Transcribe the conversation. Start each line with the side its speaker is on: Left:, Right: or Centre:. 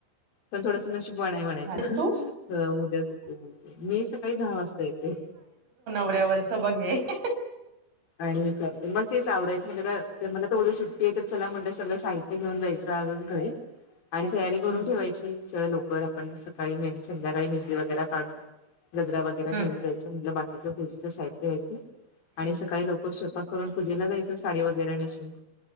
Left: पण थोडसं नशीब. पण आहे म्हणायच.
Right: अस तू
Left: उद्या मी सकाळी दहा वाजता येते.
Right: ऱ्यावरच बघ हे. <inaudible>
Left: आणि कर मगं तेच आवरायचं म्हटल तर मला त उद्या सुट्टी आहे, तर चला म्हटल सगळ साहित्य घेऊन जायचं. आजच घाई आणि तयारी करून
Right: हम्म
Left: ठेवायची स लवकर आपण सकाळी संध्याकाळी मेहंदी वगैरे काढून. गजरा वगैरे
Right: हम्म
Left: घेऊन जायचं म्हणजे बाकीच्या पूजेचं साहित्य आहे ते. आणि
Right: हम्!
Left: सकाळी लवकर स्वयपाक करून पूजेला जायच साडी वगैरे नेसून.